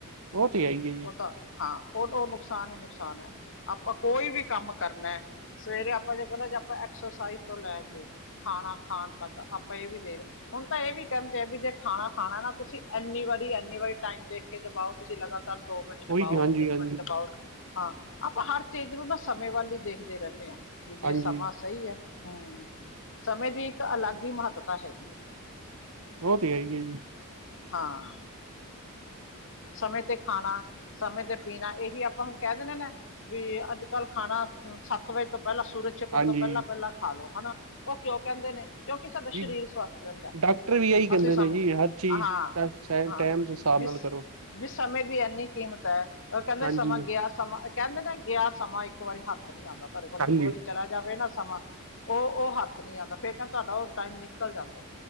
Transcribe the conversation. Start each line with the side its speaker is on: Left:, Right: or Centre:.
Right: ਉਹ ਤੇ ਹੈ ਹੀ ਹੈ ਜੀ
Left: ਉਹ ਤਾਂ ਹਾਂ, ਉਹ ਨੁਕਸਾਨ ਈ ਨੁਕਸਾਨ ਐ। ਆਪਾਂ ਕੋਈ ਵੀ ਕੰਮ ਕਰਨਾ, ਸਵੇਰੇ ਆਪਾਂ ਜੇ ਕਹਿੰਣਾ ਜੇ ਆਪਾਂ ਐਕਸਰਸਾਈਜ਼ ਤੋਂ ਲੈ ਕੇ ਹਾ-ਹਾ ਖਾਣ ਤੱਕ ਦਾ, ਆਪਾਂ ਇਹ ਵੀ ਦੇਖਨਾ ਹੁਣ ਤਾਂ, ਇਹ ਵੀ ਕਹਿੰਦੇ ਆ ਵੀ ਜੇ ਖਾਣਾ ਖਾਣਾ ਨਾ ਤੁਸੀਂ ਇੰਨੀ ਵਾਰੀ ਇੰਨੀ ਵਾਰੀ ਟਾਈਮ ਦੇਖ ਕੇ ਚਬਾਓ, ਤੁਸੀਂ ਲਗਾਤਾਰ ਦੋ ਮਿੰਟ ਚ
Right: ਉਹੀ
Left: ਪਾਓ,
Right: ਹਾਂਜੀ
Left: ਤਿੰਨ
Right: ਹਾਂਜੀ
Left: ਮਿੰਟ ਚ ਪਾਓ ਹਾਂ, ਆਪਾਂ ਹਰ ਚੀਜ਼ ਨੂੰ ਨਾ ਸਮੇਂ ਵੱਲ ਹੀ ਦੇਖਦੇ ਰਹਿੰਨੇ ਆ ਵੀ ਜੇ
Right: ਹਾਂਜੀ
Left: ਸਮਾਂ ਸਹੀ ਐ। ਹੂੰ, ਸਮੇਂ ਦੀ ਇੱਕ ਅਲੱਗ ਹੀ ਮਹੱਤਤਾ ਹੈਗੀ।
Right: ਉਹ ਤੇ ਹੈ ਈ ਐ ਜੀ।
Left: ਹਾਂ ਸਮੇਂ ਤੇ ਖਾਣਾ, ਸਮੇਂ ਤੇ ਪੀਣਾ ਇਹੀ ਆਪਾਂ ਹੁਣ ਕਹਿ ਦੇਣੇ ਨੇ, ਵੀ ਅੱਜ ਕੱਲ੍ਹ ਖਾਣਾ ਸੱਤ ਵਜੇ ਤੋਂ ਪਹਿਲਾਂ, ਸੂਰਜ ਛਿਪਣ
Right: ਹਾਂਜੀ
Left: ਤੋਂ ਪਹਿਲਾਂ-ਪਹਿਲਾਂ ਖਾ ਲੋ ਹਨਾ ਉਹ ਕਿਉਂ ਕਹਿੰਦੇ ਨੇ, ਕਿਉਂਕਿ ਸਾਡਾ ਸਰੀਰ
Right: ਜੀ
Left: ਸਵਸਥ ਰਹਿੰਦਾ,
Right: ਡਾਕਟਰ ਵੀ ਇਹੀ ਕਹਿੰਦੇ
Left: ਅਸੀਂ ਸਾਨੂੰ
Right: ਨੇ ਜੀ ਹਰ ਚੀਜ਼
Left: ਹਾਂ, ਹਾਂ,
Right: ਟਾਈਮ ਦੇ ਹਿਸਾਬ
Left: ਬਿਸ
Right: ਨਾਲ ਕਰੋ
Left: ਵੀ ਸਮੇਂ ਦੀ ਇੰਨੀ ਕੀਮਤ ਐ ਉਹ ਕਹਿੰਦੇ
Right: ਹਾਂਜੀ,
Left: ਸਮਾਂ ਗਿਆ ਸਮਾਂ, ਕਹਿੰਦੇ ਨੇ ਗਿਆ ਸਮਾਂ ਇੱਕ ਵਾਰੀ ਹੱਥ ਨੀ ਆਦਾ, ਤੁਹਾਡੇ ਕੋਲ
Right: ਹਾਂਜੀ
Left: ਇੱਕ ਵਾਰੀ ਚਲਾ ਜਾਵੇ ਨਾ ਸਮਾਂ, ਉਹ-ਉਹ ਹੱਥ ਨੀ ਆਦਾ ਫੇਰ ਕਹਿੰਦੇ ਤੁਹਾਡਾ ਉਹ ਟਾਈਮ ਨਿਕਲ ਜਾਂਦਾ